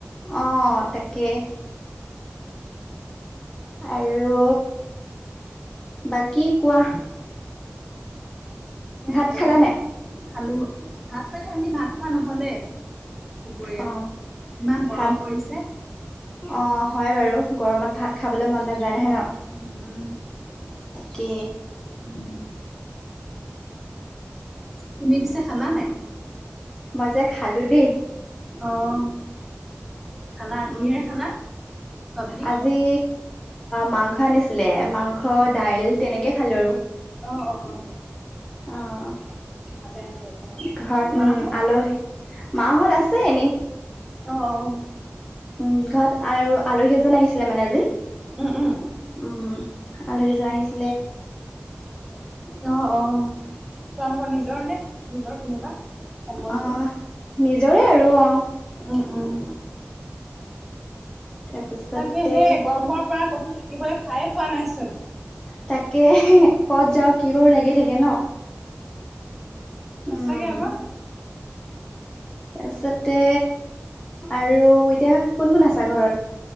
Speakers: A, on the left; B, in the centre.
A: অ', তাকেই। আৰু বাকী কোৱা।
B: কোৱাহ <unintelligible>
A: ভাত খালা নাই?
B: খালো ভাত মানে আজি ভাত খোৱা নহ'লে। দুপৰীয়া
A: অ',
B: ইমান গৰম
A: ভাত
B: পৰিছে।
A: অ', হয় বাৰু গৰমত ভাত খাবলৈ মন নাযায় নহয় ন।
B: উম।
A: তাকে।
B: উম তুমি পিছা খালা নাই।
A: মই যে খালো দেই।
B: অহ, খালা কিহে
A: উম,
B: খালা চব্জি।
A: আজি মাংস আনিছিলে মাংস দাইল তেনেকে খালো আৰু।
B: অ', অ',।
A: অহ।
B: ভালে আছো তেতিয়াহ'লে
A: ঘৰত
B: মাহঁত
A: উম আলহী মাহত আছে এনে।
B: অ', অ'।
A: উম ঘৰত আৰু আলহী এজন আহিছিলে মানে আজি
B: উম উম
A: উম। আলহী জন আহিছে।
B: অ', অ', তোমালোকৰ নিজৰ নে নিজৰ কোনোবা? সম্বন্ধীয়
A: আহ নিজৰে আৰু অহ।
B: উম, উম।
A: তাৰপিছতে
B: তাকে সেই গৰমৰ পৰা কতো থাকিবলৈ ঠাই পোৱানাই চোন।
A: তাকে ক'ত যাওঁ কি কৰো লাগি থাকে ন।
B: সঁচা
A: উম
B: কে আকৌ।
A: তাৰপিছতে আৰু এতিয়া কোন কোন আছা ঘৰত